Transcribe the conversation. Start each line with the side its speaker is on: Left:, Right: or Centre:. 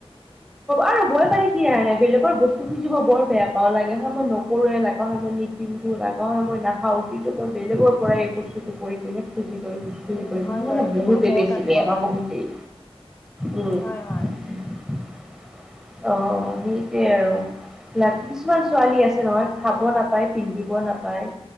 Centre: আৰু বৈ পালি কি আৰে বেলেগৰ বস্তু খুজিব বৰ বেয়া পাওঁ, লাগিলে মই মোৰ নকৰোঁৱে নকা হয় মই নি পিন্ধো লাগা হয় মই নাখাও কিন্তু মই বেলেগৰ পৰাই এই বস্তুটো কৰি পিনে খুজি কৰি
Left: উম
Centre: পিনে।
Left: হয় বাৰু
Centre: <unintelligible>
Left: এইটো
Centre: বহুতে
Left: মইতো মইও
Centre: বেছি
Left: টান
Centre: বেয়া
Left: পাওঁ
Centre: বাৰ
Left: বাৰু
Centre: বহুতেই উম।
Left: হয় হয়।
Centre: <inaudible> অহ সেইটোৱে আৰু। লাইক কিছুমান ছোৱালী আছে নহয় খাব নাপায় পিন্ধিব নাপায়।